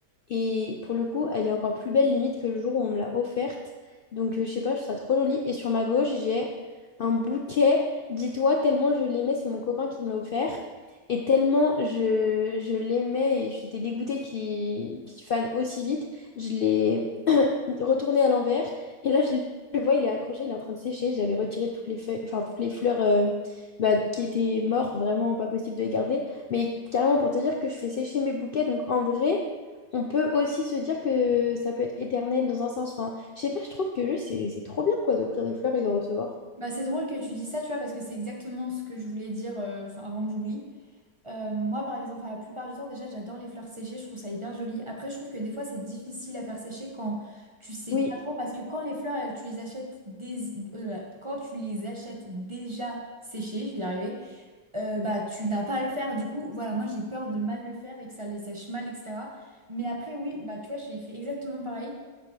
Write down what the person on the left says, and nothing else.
Et pour le coup, elle est encore plus belle limite que le jour où on me l'a offerte. Donc, euh, je sais pas, je trouve ça trop joli. Et sur ma gauche, j'ai un bouquet. Dis-toi, tellement je l'aimais, c'est mon copain qui me l'a offert. Et tellement je, je l'aimais et j'étais dégoûtée qu'il qu'il fane aussi vite, je l'ai retourné à l'envers. Et là, je le vois, il est accroché, il est en train de sécher. J'avais retiré toutes les feuilles, enfin, toutes les fleurs euh, bah, qui étaient mortes, vraiment pas possible de les garder. Mais carrément, pour te dire que je fais sécher mes bouquets. Donc, en vrai, on peut aussi se dire que ça peut être éternel dans un sens. Enfin, je sais pas, je trouve que juste, c'est c'est trop bien, quoi, d'offrir des fleurs et de recevoir.
Oui,